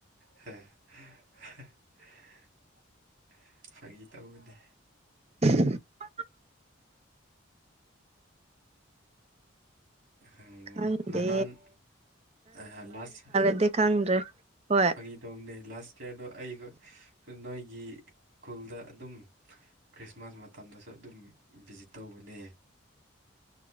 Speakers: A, on the right; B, on the right.
A: ꯍ <unintelligible> ꯐꯒꯤ ꯇꯧꯕꯅꯦ
B: <unintelligible>
A: ꯎ
B: ꯈꯪꯗꯦ
A: ꯅꯍꯥꯟ ꯑꯍ ꯂꯥꯁ
B: ꯗꯦ ꯈꯪꯗ꯭ꯔꯦ ꯍꯣꯏ
A: ꯐꯒꯤ ꯇꯧꯅꯦ ꯂꯥꯁ ꯏꯌꯥꯔꯗꯣ ꯑꯩ ꯅꯣꯏꯒꯤ ꯈꯨꯨꯜꯗ ꯑꯗꯨꯝ ꯈ꯭ꯔꯤꯁꯃꯥꯁ ꯃꯇꯝꯗꯁꯨ ꯑꯗꯨꯝ ꯚꯤꯖꯤꯠ ꯇꯧꯕꯅꯦ